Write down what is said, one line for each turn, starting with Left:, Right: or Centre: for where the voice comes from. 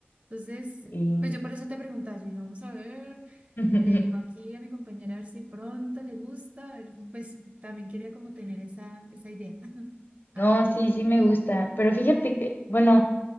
Right: Entonces,
Left: Y...
Right: pues yo por eso te preguntaba, yo dije, vamos a ver,
Left: <laughs>
Right: le digo aquí a mi compañera a ver si pronto le gusta, a ver, pues también quería como tener esa, esa idea, <laughs>
Left: No,
Right: a ver qué.
Left: sí, sí me gusta, pero fíjate que, bueno.